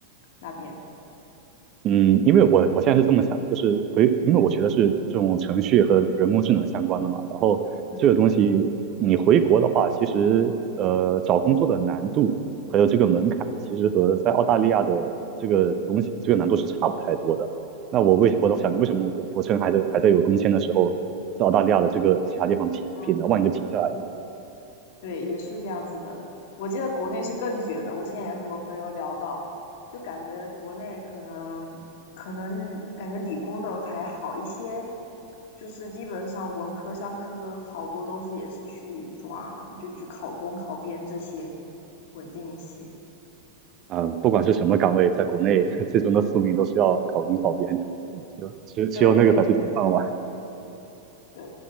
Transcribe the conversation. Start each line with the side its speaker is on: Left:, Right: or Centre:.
Left: 那边？
Right: 嗯，因为我我现在是这么想，就是回，因为我学的是这种程序和人工智能相关的嘛，然后这个东西你回国的话，
Left: 嗯，
Right: 其实呃找工作的难度还有这个门槛，其实和在澳大利亚的这个东西这个难度是差不太多的。那我为我都想为什么我我趁还在还在有工签的时候，在澳大利亚的这个其他地方拼一拼呢？
Left: 对，嗯。
Right: 万一就拼下来了，
Left: 对，也是这样子的。我记得国内是更卷的，我之前也和我朋友聊到，就感觉国内可能可能感觉理工的还好一些，就是基本上文科、商科好多都是也是去抓，就去考公、考编这些稳定一些。
Right: 嗯，不管是什么岗位，在国内 <laughs> 最终的宿命都是要考公考编的，就只有只有那个才是铁饭碗。
Left: 对对，